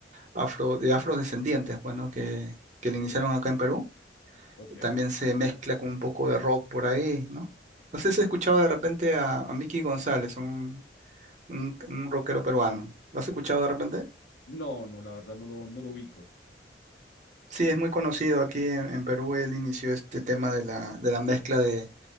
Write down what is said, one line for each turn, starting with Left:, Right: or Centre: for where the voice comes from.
Right: afro, de afrodescendientes, pues, ¿no? Que, que le iniciaron acá en Perú.
Left: Ok.
Right: También se mezcla con un poco de rock por ahí, ¿no? No sé si has escuchado de repente a, a Mickey González, un, un, un rockero peruano. ¿Lo has escuchado de repente?
Left: No, no, la verdad no lo, no lo ubico.
Right: Sí, es muy conocido aquí en, en Perú. Él inició este tema de la, de la mezcla de,